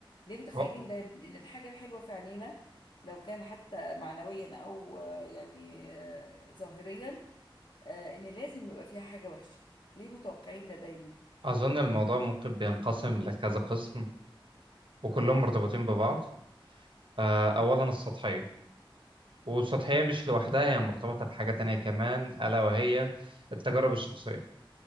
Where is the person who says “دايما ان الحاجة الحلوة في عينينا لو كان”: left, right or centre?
Left